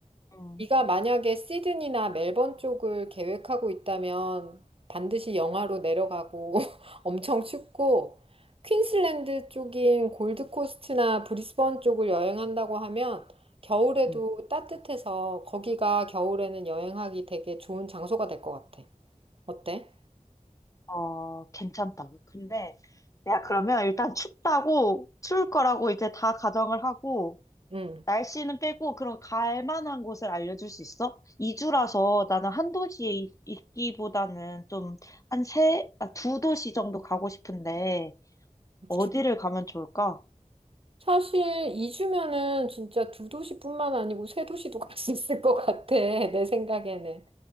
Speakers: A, on the left (about 25°); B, on the right (about 45°).
A: 음.
B: 네가 만약에 시드니나 멜번 쪽을 계획하고 있다면 반드시 영하로 내려가고 <laughs> 엄청 춥고 퀸슬랜드 쪽인 골드코스트나 브리스번 쪽을 여행한다고 하면 겨울에도
A: 음.
B: 따뜻해서 거기가 겨울에는 여행하기 되게 좋은 장소가 될 것 같아. 어때?
A: 어, 괜찮다. 근데 내가 그러면 일단 춥다고, 추울 거라고 이제 다 가정을 하고,
B: 응.
A: 날씨는 빼고, 그럼 갈 만한 곳을 알려줄 수 있어? 2주라서 나는 한 도시에 있- 있기보다는 좀, 한 세, 아, 두 도시 정도 가고 싶은데, 어디를
B: 두-
A: 가면 좋을까?
B: 사실 2주면은 진짜 두 도시뿐만 아니고 세 도시도 갈 수 있을 것 같아. 내 생각에는.